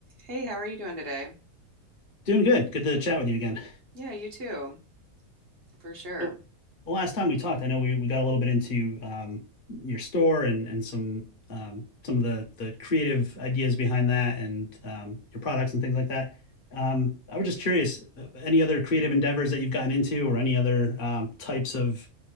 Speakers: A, on the right; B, on the left.
A: Hey, how are you doing today?
B: Doing good. Good to chat with you again.
A: Yeah, you too, for sure.
B: So, The last time we talked, I know we, we got a little bit into um, your store and and some um, some of the the creative ideas behind that and um, your products and things like that. Um, I was just curious, uh, any other creative endeavors that you've gotten into or any other um, types of